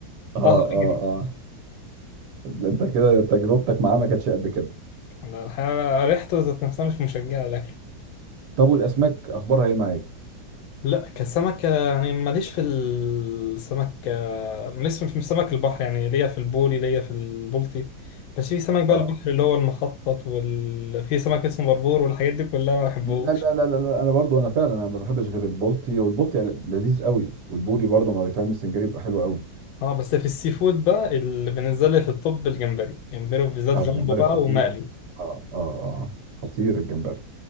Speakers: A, on the right; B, on the left.
A: اه
B: اه اجري
A: اه انت كده تجربتك معاه ما كانتش قد كده
B: أنا الحقيقة ريحته ذات نفسها مش مشجعه لك
A: طب والاسماك اخبارها ايه معاك
B: لا كسمكة يعني ماليش في السمك ماليش في سمك البحر يعني ليا في البوري ليا في البلطي بس في سمك بقى
A: اه
B: البحر اللي هو المخطط وال... في سمك اسمه بربور والحاجات دي كلها ما بحبهوش
A: لا لا لا لا لا، انا برضو انا فعلا انا ما بحبش غير البلطي والبلطي لذيذ قوي والبوري برضو ما بيتعمل سنجاري بيبقى حلو قوي
B: اه بس في السي فود بقى اللي بالنسبة لي في الطب الجمبري جمبري وبالذات
A: اه
B: جامبو
A: الجمبري
B: بقى
A: خطير
B: ومقلي
A: اه اه اه خطير الجمبري